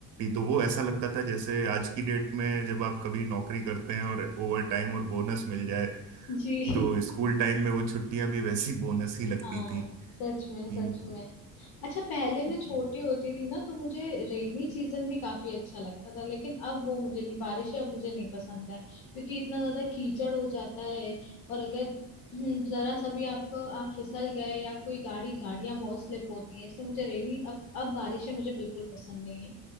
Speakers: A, on the right; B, on the left.
A: तो वो ऐसा लगता था जैसे आज की डेट में जब आप कभी नौकरी करते हैं और ओवर टाइम और बोनस मिल जाए
B: जी
A: तो स्कूल टाइम में वो छुट्टियां भी वैसी <laughs> बोनस ही लगती
B: हाँ
A: थी
B: सच
A: कि
B: में सच में अच्छा पहले मैं छोटी
A: जी
B: होती थी ना तो मुझे रेनी सीजन भी काफी अच्छा लगता था लेकिन अब वो मुझे नहीं बारिश अब मुझे नहीं पसंद है क्योंकि इतना ज्यादा कीचड़ हो जाता है और अगर <clears throat> हम्म, जरा सा भी आपको आप फिसल गए या कोई गाड़ी गाड़ियां बहुत स्लिप होती हैं इसलिए मुझे रेनी अब अब बारिशें मुझे बिल्कुल पसंद नहीं है